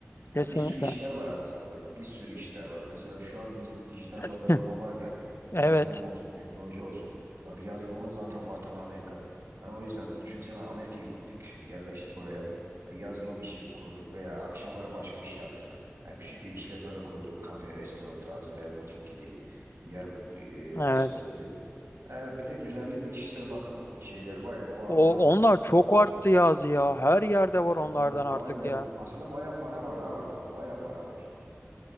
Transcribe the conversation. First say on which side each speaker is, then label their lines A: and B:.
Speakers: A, on the left; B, on the right.
A: Kesinlikle.
B: Ya bir sürü işler var aslında bir sürü işler var. Mesela şu an di- dijital
A: <laughs>
B: pazarlama var ya
A: Evet,
B: yazılım olsun teknoloji olsun. Bak yazılımın zaten vatanı Amerika. Yani o yüzden düşünsene Amerika'ya gittik yerleştik oraya. Ya yazılım işi kurduk veya akşamları başka iş yaptık. Ya küçük bir işletme de kurduk kafe restoran tarzı veya butik gibi bir yer bul-
A: evet.
B: e, açabiliriz. E, bir de güzellik ve kişisel bakım şeyleri var ya kuaför
A: O
B: olsun,
A: onlar
B: spa
A: çok
B: olsun.
A: arttı yazı ya. Her yerde var
B: Onlar
A: onlardan artık
B: aynen
A: ya.
B: aslında baya para var ha orada. Baya para var.